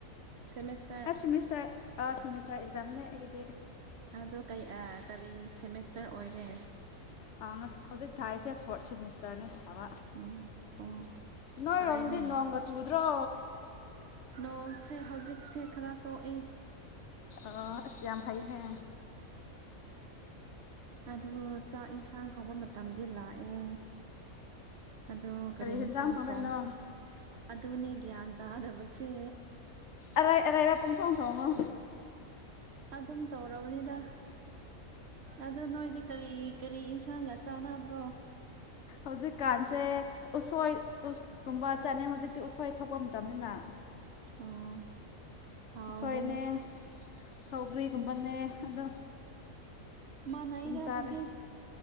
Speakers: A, on the right; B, on the left.
A: ꯁꯦꯃꯦꯁ
B: ꯑ ꯁꯤꯃꯤꯁꯇꯔ ꯁꯤꯃꯤꯁꯇꯔ ꯑꯦꯛꯖꯥꯝꯅꯦ ꯑꯩꯒꯤꯗꯤ꯫
A: ꯑꯗꯣ ꯀꯩ ꯑ ꯀꯔꯤ ꯁꯦꯃꯦꯁꯇꯔ ꯑꯣꯏꯔꯦ꯫
B: ꯑ ꯉꯁ-ꯍꯧꯖꯤꯛ ꯊꯥꯔꯤꯁꯦ ꯐꯣꯔꯠ ꯁꯤꯃꯦꯁꯇꯔꯅꯦ ꯊꯥꯕ
A: ꯎꯝ ꯑꯣ
B: ꯅꯣꯏꯔꯣꯝꯗꯤ
A: ꯐꯔꯦꯅꯦ
B: ꯅꯣꯡꯒ ꯆꯨꯗ꯭ꯔꯣ꯫
A: ꯅꯣꯡꯁꯦ ꯍꯧꯖꯤꯛꯁꯦ ꯈꯔ ꯇꯣꯛꯏ꯫
B: ꯑꯁ ꯌꯥꯝ ꯐꯥꯏꯅꯦ
A: ꯑꯗꯨ ꯆꯥꯛ ꯏꯟꯁꯥꯡ ꯊꯣꯡꯕ ꯃꯇꯝꯗꯤ ꯂꯥꯛꯑꯦ ꯑꯗꯨ ꯀꯔꯤ ꯌꯦꯟꯁꯥꯡ
B: ꯌꯦꯟꯖꯥꯡ ꯊꯣꯡꯗꯣꯏꯅꯣ
A: ꯊꯣꯡꯁꯦ ꯑꯗꯨꯅꯦ ꯒ꯭ꯌꯥꯟ ꯇꯥꯗꯕꯁꯦ
B: ꯑꯔꯩ ꯑꯔꯩꯕ ꯄꯪꯊꯣꯡ ꯊꯣꯡꯉꯣ
A: ꯑꯗꯨꯝ ꯇꯧꯔꯕꯅꯤꯗ ꯑꯗꯨ ꯅꯣꯏꯗꯤ ꯀꯔꯤ ꯀꯔꯤ ꯏꯟꯁꯥꯡꯒ ꯆꯥꯟꯅꯕ꯭ꯔꯣ
B: ꯍꯧꯖꯤꯛꯀꯥꯟꯁꯦ ꯎꯁꯣꯏ ꯇꯨꯝꯕ ꯆꯠꯅꯩ ꯍꯧꯖꯤꯛꯇꯤ ꯎꯁꯣꯏ ꯊꯣꯛꯄ ꯃꯇꯝꯅꯤꯅ
A: ꯑꯣ ꯍꯥꯎꯒꯅꯤ
B: ꯎꯁꯣꯏꯅꯦ ꯁꯧꯒ꯭ꯔꯤꯒꯨꯝꯕꯅꯦ ꯑꯗꯣ
A: ꯃꯥ ꯅꯩꯗ
B: ꯑꯗꯨꯝ ꯆꯥꯔꯦ
A: ꯑꯗꯨꯗꯤ